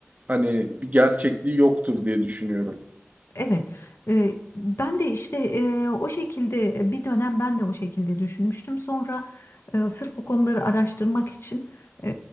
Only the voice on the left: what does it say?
Evet, e, ben de işte e, o şekilde bir dönem ben de o şekilde düşünmüştüm. Sonra e, sırf bu konuları araştırmak için e,